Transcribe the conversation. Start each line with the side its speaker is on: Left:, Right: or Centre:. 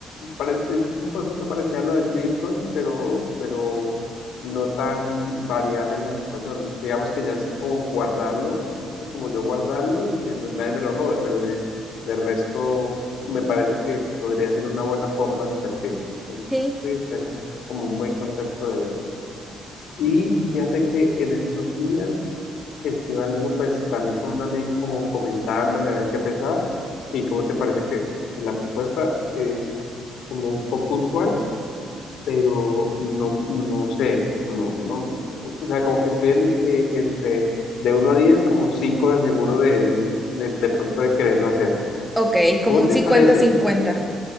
Left: pare- es un poquito parecido a lo del Bitcoin, pero, pero no tan variable en la situación. Digamos que ya es como guardarlo, es como yo guardarlo y que no- nadie me lo robe, pero de, de resto me parece que podría ser una buena forma de invertir.
Centre: Sí.
Left: Sí, tengo como un buen concepto de... Y fíjate que en estos días estuve hablando pues también con un amigo como comentándole a ver qué pensaba y cómo te parece que pues, la propuesta es como un poco usual, pero no, no sé, no, no, o sea, como que estoy en, eh, entre de uno a 10 como 5 de seguro de, de, de, de pronto de quererlo hacer.
Centre: Ok, como
Left: ¿Cómo
Centre: un
Left: te
Centre: cincuenta-cincuenta.
Left: parece?